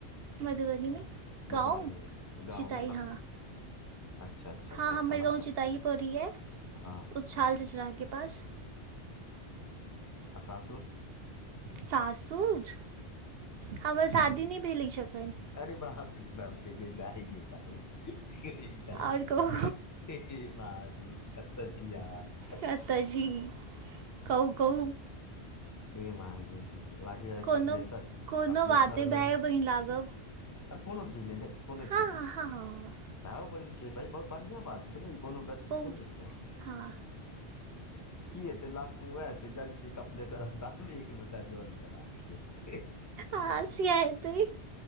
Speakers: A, on the right; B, on the left.
A: मधुबनीमे गाँव
B: मधुबनीमे गाँवमे
A: चित आई
B: मतलब
A: हँ
B: अच्छा अच्छा
A: हँ
B: अच्छा
A: हमर
B: अच्छा
A: गाँव
B: मतलब
A: ताहि पोडीहल है
B: हँ
A: उछाल झचरा के पास
B: अच्छा आऽ सासुर
A: सासुर हमर शादी नहि भेल अछी एखन
B: अरे बाप रे बापरी जाहि एका एक कहैत
A: आओर कहू
B: हेथ महाद्विप करै छि अहाँ
A: क्या तऽ जी कहू कहू
B: हे महादेव लागै ऐ
A: कोनो
B: कपिलेश्वर
A: कोनो
B: कपिलेश्वर
A: बात नहि
B: में
A: भाय बहिन लागब
B: आ कोनो चीज नहि देख कोनो
A: हँ
B: चीज नहि
A: हँ हँ हँ हँ
B: ता ब छै भ बढ़िआँ बात छै ने ई कोनो गति
A: बहुत
B: थोड़ी छै
A: हँ
B: की हेतै लास्ट में वोहा हेतै जाई छियै कपालेश्वर रस्तामे एक लोटा जल चढ़ा दैले
A: आर से आयतै